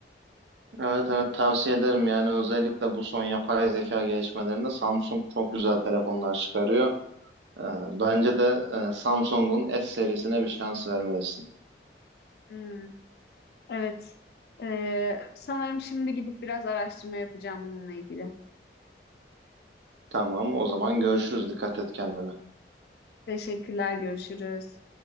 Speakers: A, on the right; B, on the left.
A: Evet evet tavsiye ederim yani özellikle bu son yapay zeka gelişmelerinde Samsung çok güzel telefonlar çıkarıyor. Ee, Bence de e, Samsung'un S serisine bir şans vermelisin.
B: Hmm, evet. Ee, sanırım şimdi gidip biraz araştırma yapacağım bununla ilgili.
A: Tamam o zaman görüşürüz. Dikkat et kendine.
B: Teşekkürler, görüşürüz.